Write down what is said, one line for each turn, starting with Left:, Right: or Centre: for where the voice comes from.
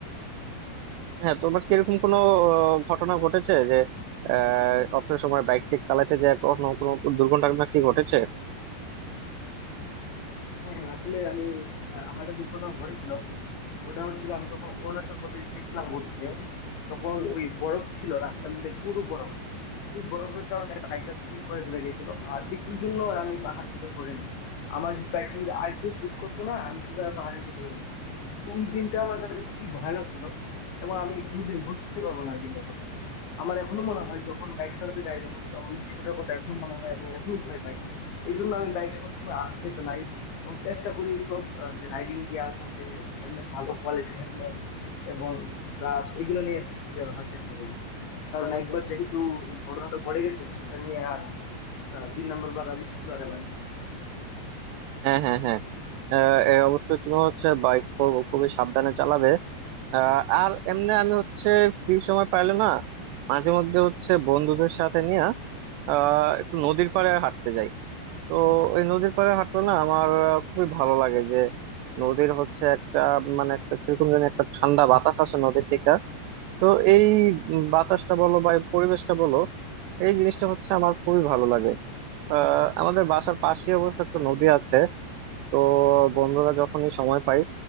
Right: হ্যাঁ তোমার কি এরকম কোনো আহ, ঘটনা ঘটেছে যে আহ, অবসর সময় বাইক টেক চালাতে যায় কোনো কোনো দুর্ঘটনা কি ঘটেছে
Left: হ্যাঁ আসলে আমি আহ, আমার একটা দুর্ঘটনা ঘটেছিল ওটা হচ্ছিল আমি যখন অরুণাচল প্রদেশ গেছিলাম ঘুরতে তখন ওই বরফ ছিল রাস্তার মধ্যে পুরো বরফ তুই বরফের কারণে বাইকটা স্লিপ করে চলে গেছিল আর একটুর জন্য আমি পাহাড় থেকে পড়ে নি আমার বাইকটা যদি আরেকটু স্লিপ করতো না আমি শুধু পাহাড়ের নিচে পড়ে যেতাম তো ওই দিনটা আমার কাছে খুবই ভয়ানক ছিল এবং আমি কোনোদিন ভুলতে পারবো না ওই দিনটার কথা আমার এখনো মনে হয় যখন বাইক চালাতে যাই তখন তো ওই দৃশ্যটার কথা এখনো মনে হয় এবং এখনো ভয় পাই এই জন্য আমি বাইক সবসময় আস্তে চালাই এবং চেষ্টা করি সব আহ, যে রাইডিং গিয়ার্স আছে হেলমেট ভালো কোয়ালিটির হেলমেট এবং গ্লাস এগুলো নিয়ে বের হওয়ার চেষ্টা করি কারণ একবার যেহেতু এই ঘটনাটা ঘটে গেছে সেটা নিয়ে আর আহ, দুই নাম্বার বার রাজি শিখলো যাবে না
Right: হ্যাঁ হ্যাঁ হ্যাঁ আহ, এ অবশ্যই তুমি হচ্ছে বাইক খুবই সাবধানে চালাবে আহ, আর এমনি আমি হচ্ছে ফ্রি সময় পাইলে না মাঝে মধ্যে হচ্ছে বন্ধুদের সাথে নিয়ে আহ একটু নদীর পাড়ে হাঁটতে যাই তো ওই নদীর পাড়ে হাঁটলে না আমার আহ, খুবই ভালো লাগে যে নদীর হচ্ছে একটা মানে একটা কিরকম যেন একটা ঠান্ডা বাতাস আসে নদীর থেকে তো এই উম বাতাসটা বলো বা এই পরিবেশটা বলো এই জিনিসটা হচ্ছে আমার খুবই ভালো লাগে আহ আমাদের বাসার পাশে অবশ্য একটা নদী আছে তো বন্ধুরা যখনই সময় পাই